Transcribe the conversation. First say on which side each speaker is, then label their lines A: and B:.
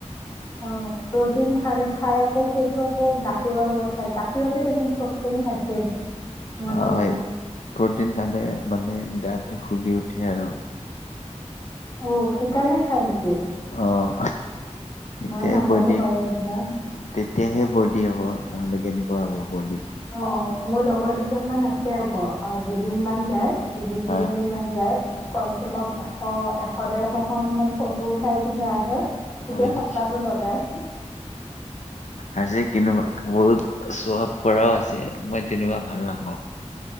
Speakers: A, on the left; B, on the left.
A: অ, প্ৰ'টিন খালে। খাই আকৌ সেইটো আকৌ গাখীৰৰ লগত খাই গাখীৰতে দেখোন চব খিনি থাকে। মই
B: হয়
A: ভাবো
B: প্ৰ'টিন খালে মানে। গাটো ফুলি উঠে আৰু
A: অ, সেইকাৰণে খাই নেকি?
B: অঁ। এতিয়া
A: মই নাজানো
B: বডি
A: বাৰু এইবিলাক।
B: তেতিয়াহে বডি হ'ব। নহলে কেনেকুৱা হ'ব বৰদি।
A: অ, মোৰ লগৰ দুজন মান আছে ক, অ দুদিন মান যায়। দুদিন
B: হয়
A: তিনিদিন মান যায়। কম চে কম এশ এশ দেৰশ খন মান ফটো উঠাই কিনে আহে।
B: হয়
A: গোটেই
B: নেকি
A: সপ্তাহটো লগাই।
B: আজি কিনো হ'ল বহুত। চহাব কৰাও আছে মই তেনেকুৱা ভাল নাপাওঁ।